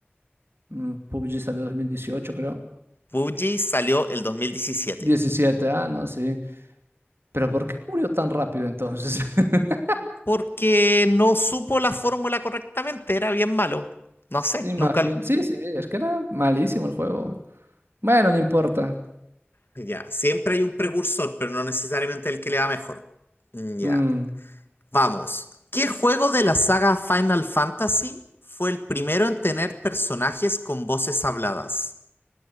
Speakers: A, on the right; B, on the left.
A: Mm, PUBG salió en 2018, creo.
B: PUBG salió el 2017.
A: diecisiete ah, no, sí. Pero ¿por qué murió tan rápido entonces? <laughs>
B: Porque no supo la fórmula correctamente, era bien malo. No sé,
A: Imagen.
B: nunca lo...
A: Sí, sí, es que era malísimo el juego. Bueno, no importa.
B: Ya, siempre hay un precursor, pero no necesariamente el que le va mejor. Mm, Ya,
A: Mm,
B: vamos. ¿Qué juego de la saga Final Fantasy fue el primero en tener personajes con voces habladas?